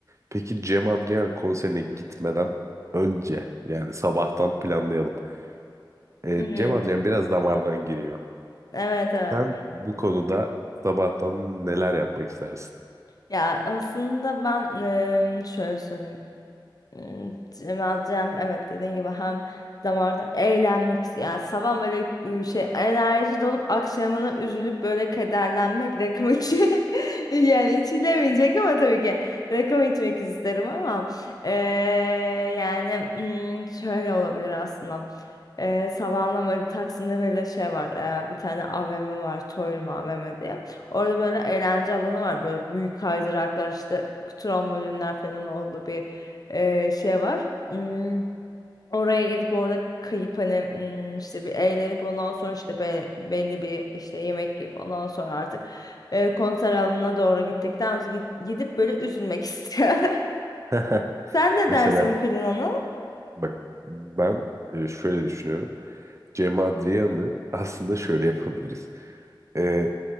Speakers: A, on the right; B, on the left.
A: Peki Cem Adrian konserine gitmeden önce yani sabahtan planlayalım. E,
B: Hmm.
A: Cem Adrian biraz damardan giriyor.
B: Evet evet.
A: Sen bu konuda sabahtan neler yapmak istersin?
B: Ya aslında ben eee, şöyle söyleyeyim. Hmm, Cemal Cem evet dediğin gibi hem damarda eğlenmek ist- ya sabah böyle e, şey enerji dolup akşamına üzülüp böyle kederlenmek rakım içi <laughs> yani içilemeyecek ama tabii ki rakım içmek isterim ama e, yani hmm, şöyle olabilir aslında e, sabahından böyle Taksim'de böyle şey var e, bir tane AVM var Torium AVM diye orada böyle eğlence alanı var böyle büyük kaydıraklar işte trambolinler falan oldu bir e, şey var. Hmm, oraya gidip orada kayıp hani hmm, işte bir eğlenip ondan sonra işte be- belli bir işte yemek yiyip ondan sonra artık e, konser alanına doğru gittikten sonra git- gidip böyle üzülmek <laughs> istiyorum.
A: <laughs>
B: Sen ne
A: Mesela
B: dersin bu planına?
A: bak ben e, şöyle düşünüyorum. Cem Adrian'ı aslında şöyle yapabiliriz. Ee,